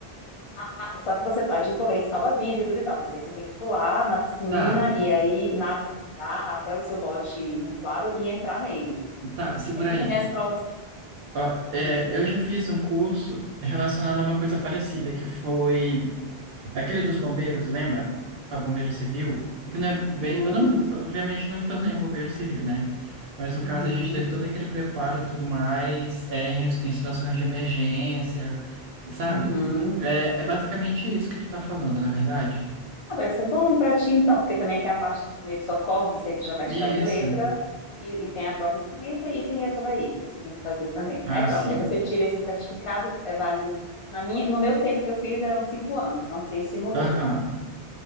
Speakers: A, on the left; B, on the right.
A: Ah, só que você tá de colete salva-vida e tudo e tal, mas aí você tem que pular na piscina
B: tá,
A: e aí nadar até o seu bote inflável e entrar nele.
B: tá, segura
A: Aí tem
B: aí.
A: também as provas,
B: Ó,
A: sim,
B: é,
A: amigo.
B: eu já fiz um curso relacionado a uma coisa parecida, que foi Aquele dos bombeiros, lembra? Para bombeiro civil, que não é bem,
A: Hum,
B: eu não, obviamente eu não me tornei um bombeiro civil, né? Mas no
A: uhum,
B: caso a gente teve todo aquele preparo e tudo mais, é, em em situações de emergência, sabe?
A: uhum.
B: É, é basicamente isso que tu tá falando, não é verdade?
A: Ah, vai ser bom pra ti então, porque também tem a parte dos primeiros socorros, isso aí tu já vai
B: Isso.
A: tirar de letra. E, e tem a prova escrita e tem essa daí que você tem que fazer também.
B: Ah,
A: Aí pronto,
B: sim.
A: aí você tira esse certificado, é válido. Na minha, no meu tempo que eu fiz eram cinco anos, não sei se mudou.
B: Aham.